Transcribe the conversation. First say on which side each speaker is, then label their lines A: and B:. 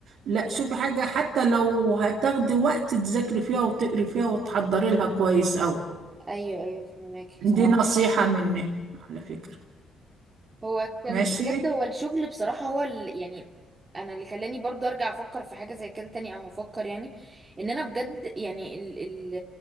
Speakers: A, on the right; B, on the right.
A: لا شوفي حاجة حتى لو هتاخدي وقت تذاكري فيها وتقري فيها وتحضري لها كويس قوي
B: ايوه ايوه فهمك
A: دي اه نصيحة مني على فكرة
B: هو كان
A: ماشي
B: بجد هو الشغل بصراحة هو ال... يعني انا اللي خلاني برضو ارجع افكر في حاجة زي كده تاني او هفكر يعني ان انا بجد يعني ال... ال...